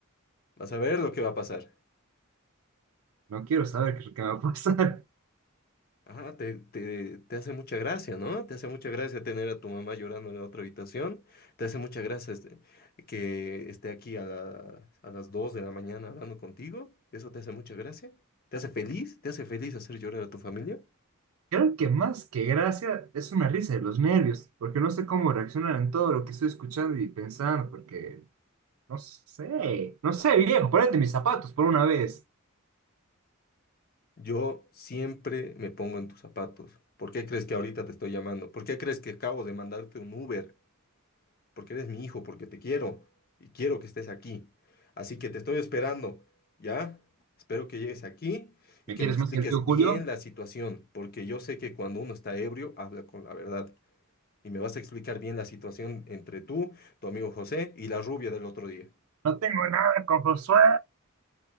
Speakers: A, on the left (about 45°); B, on the right (about 80°).
A: Vas a ver lo que va a pasar.
B: No quiero saber qué es lo que me va a pasar.
A: Ajá, te, te, te hace mucha gracia, ¿no? Te hace mucha gracia tener a tu mamá llorando en la otra habitación. Te hace mucha gracia este, que esté aquí a la- a las 2 de la mañana hablando contigo. Eso te hace mucha gracia. ¿Te hace feliz? ¿Te hace feliz hacer llorar a tu familia?
B: <laughs> Creo que más que gracia es una risa de los nervios, porque no sé cómo reaccionar en todo lo que estoy escuchando y pensando, porque no sé, no sé, viejo, ponete mis zapatos por una vez.
A: Yo siempre me pongo en tus zapatos. ¿Por qué crees que ahorita te estoy llamando? ¿Por qué crees que acabo de mandarte un Uber? porque eres mi hijo, porque te quiero y quiero que estés aquí. Así que te estoy esperando, ¿ya? Espero que llegues aquí y
B: ¿Me
A: que
B: quieres
A: me expliques
B: más que el tío Julio?
A: bien la situación, porque yo sé que cuando uno está ebrio habla con la verdad. Y me vas a explicar bien la situación entre tú, tu amigo José y la rubia del otro día.
B: No tengo nada con Josué.